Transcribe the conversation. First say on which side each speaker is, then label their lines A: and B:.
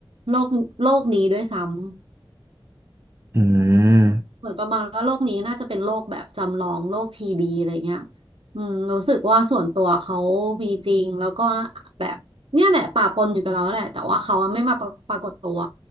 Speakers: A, on the right (about 75°); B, on the right (about 25°).
A: โลกโลกนี้ด้วยซ้ำ
B: อืม
A: เหมือนประมาณว่าโลกนี้น่าจะเป็นโลกแบบจำลองโลกทีดีอะไรเงี้ยอืมรู้สึกว่าส่วนตัวเขามีจริงแล้วก็แบบเนี่ยแหละป่าปนอยู่กับเราแหละแต่ว่าเขาไม่มาปราปรากฏตัว